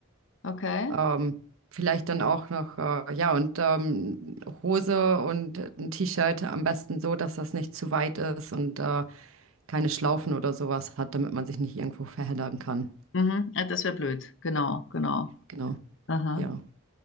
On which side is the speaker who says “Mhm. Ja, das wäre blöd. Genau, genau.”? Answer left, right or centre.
Left